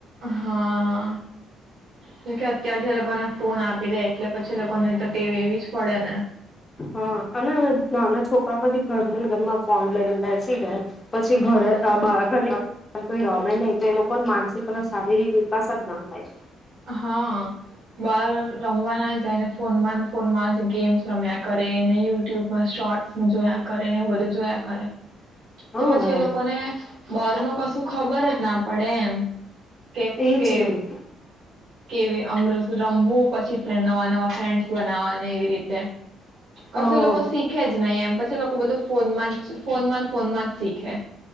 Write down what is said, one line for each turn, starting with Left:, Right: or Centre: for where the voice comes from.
Right: હા. કેમ કે અત્યાર થી એ લોકોને ફોન આપી દે એટલે પછી લોકોને તો ટેવ એવી જ પડે ને.
Left: હા અને નાના છોકરા પછી ઘર ને ઘરમાં ફોન લઈને બેસી રહે. પછી ઘરે
Right: હા
Left: અહ બા ઘરના પણ કોઈ રમે નહી તો એ લોકોન માનસિક અને શારીરિક વિકાસ જ ન થાય.
Right: હા, બાર રમવા ના જાય ને ફોનમાં ને ફોનમાં જ ગેમ્સ રમ્યા ક, રે ને યુટ્યુબમાં શોર્ટ્સ ને જોયા કરે ને, એવું બધું જોયા કરે. તો
Left: હા
Right: પછી એ લોકોને બાર નું કશું ખબર જ ના પડેમ કે
Left: એજ
Right: કે
Left: નહી
Right: કેવી રમવું પછી નવા નવા ફ્રેડસ બનાવાને એવી રીતે તે કશું
Left: હ
Right: એ લોકો શીખે જ નહીિ એમ પછી એ લોકો બધું ફોનમાં જ ફોન માં ફોનમાં જ શીખે